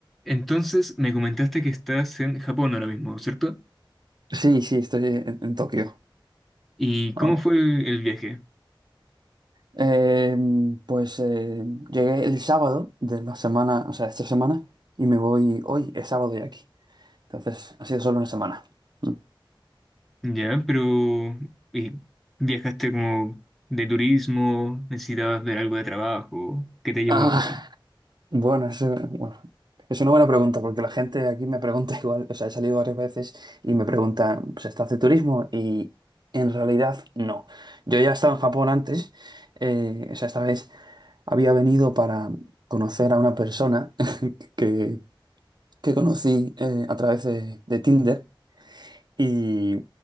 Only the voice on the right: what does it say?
Sí, sí, estoy en, en Tokio
ahora.
Eh, pues eh, llegué el sábado de la semana, o sea, esta semana, y me voy hoy, es sábado ya aquí. Entonces, ha sido solo una semana. Mm.
Ah,
bueno, eso, bueno, es una buena pregunta, porque la gente aquí me pregunta <laughs> igual, o sea, he salido varias veces y me pregunta ¿se está hace turismo? Y en realidad, no. Yo ya estaba en Japón antes, eh, o sea, esta vez había venido para conocer a una persona <laughs> que que conocí eh, a través de, de Tinder y